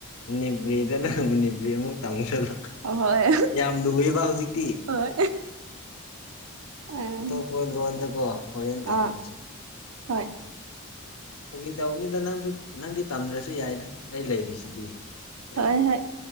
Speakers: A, on the left; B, on the right.
A: ꯃꯅꯤꯄꯨꯔꯤꯗꯅ ꯃꯅꯤꯄꯨꯔꯤ ꯑꯃꯨꯛ ꯇꯝꯒꯗꯕ
B: ꯑꯍꯣꯏ
A: ꯌꯥꯝ ꯂꯨꯑꯦꯕ ꯍꯧꯖꯤꯛꯇꯤ
B: ꯍꯣꯏ ꯑꯥ
A: ꯑꯇꯣꯞꯄ ꯂꯣꯟꯗꯀꯣ ꯍꯣꯔꯦꯟ ꯇꯝꯁꯦ
B: ꯑꯥ ꯍꯣꯏ
A: ꯐꯒꯤ ꯇꯧꯕꯅꯤꯗ ꯅꯪꯁꯨ ꯅꯪꯗꯤ ꯇꯝꯗ꯭ꯔꯁꯨ ꯌꯥꯏꯗ ꯑꯩ ꯂꯩꯔꯤꯁꯤꯗꯤ ꯑꯦ
B: ꯍꯣꯏ ꯍꯣꯏ